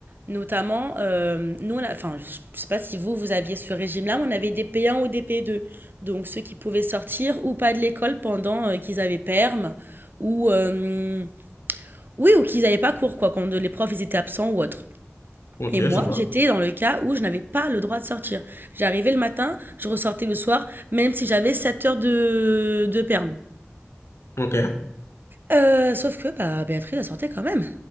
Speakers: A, on the right; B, on the left.
A: Notamment, euh, nous, on a- enfin, je sais pas si vous, vous aviez ce régime-là, mais on avait des P1 ou des P2. Donc, ceux qui pouvaient sortir ou pas de l'école pendant euh, qu'ils avaient perm, ou, euh, oui, ou qu'ils n'avaient pas cours, quoi, quand les profs, ils étaient absents ou autre.
B: Ok,
A: Et moi,
B: je vois.
A: j'étais dans le cas où je n'avais pas le droit de sortir. J'arrivais le matin, je ressortais le soir, même si j'avais 7 heures de, de perm.
B: Ok,
A: Euh, sauf que bah, Béatrice, elle sortait quand même.